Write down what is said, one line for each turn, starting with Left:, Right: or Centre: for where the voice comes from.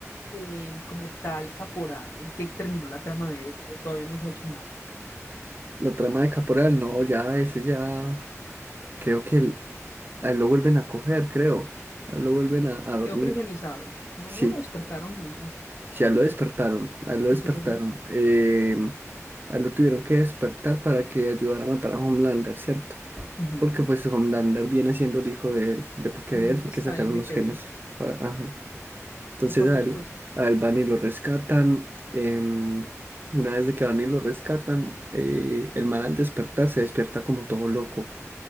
Left: eh, como tal, Caporal, ¿en qué terminó la trama de él? ¿O todavía no se ha hecho nada?
Right: la trama de Caporal, no, ya, ese ya. Creo que el- a él lo vuelven a coger, creo. A él lo vuelven a, a dormir.
Left: Quedó criogenizado. No,
Right: Sí,
Left: no lo despertaron nunca.
Right: sí, a él lo despertaron. A él lo despertaron.
Left: ¿Y qué pasó?
Right: Eh, a él lo tuvieron que despertar para que ayudara a matar a Homelander, ¿cierto?
Left: Ujú,
Right: Porque pues Homelander viene siendo el hijo de él, de porque
Left: ujú,
Right: de él fue
Left: Hasta
Right: que sacaron
Left: ahí me
Right: los
Left: quedé.
Right: genes. Para, ajá. Entonces
Left: ¿Qué pasó
Right: a
Left: después?
Right: él, a él van y lo rescatan. em, una vez de que van y lo rescatan, eh, el man al despertar se despierta como todo loco